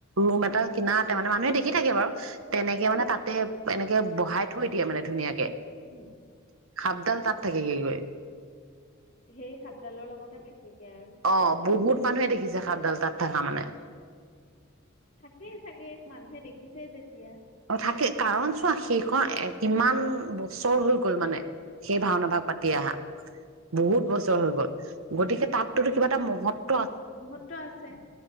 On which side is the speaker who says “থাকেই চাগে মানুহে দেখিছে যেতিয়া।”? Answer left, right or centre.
Left